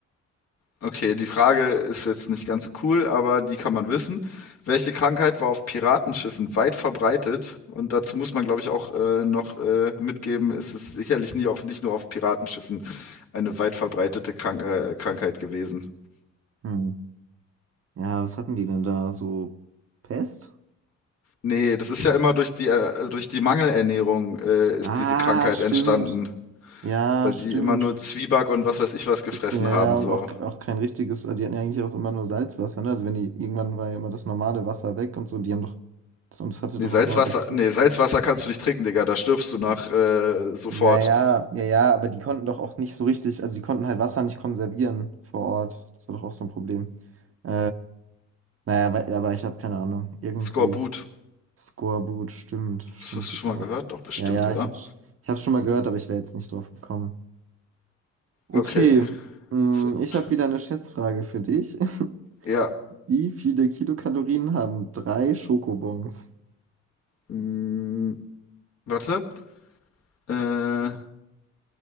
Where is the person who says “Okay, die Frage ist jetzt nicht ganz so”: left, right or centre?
Left